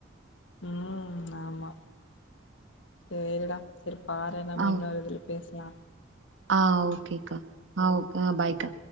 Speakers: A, on the left; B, on the right.
A: ம் ஆமா பேயிரு டா செர் பாரு நம்ம
B: ஆ
A: இன்னொரு இதுல பேசுலா
B: ஆ ஓகே கா ஆ ஓக் ஆ பாய்க்கா